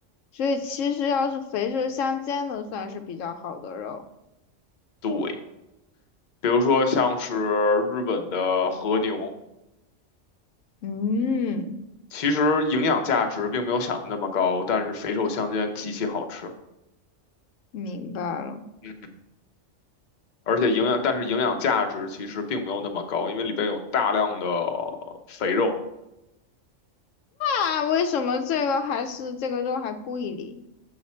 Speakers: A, on the left; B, on the left.
A: 所以其实要是肥瘦相间的，算是比较好的肉。
B: 对，比如说像是日本的和牛，
A: 嗯，
B: 其实营养价值并没有想的那么高，但是肥瘦相间，极其好吃。
A: 明白了。
B: 嗯哼，而且营养，但是营养价值其实并没有那么高，因为里边有大量的肥肉。
A: 啊，为什么这个还是这个肉还贵哩？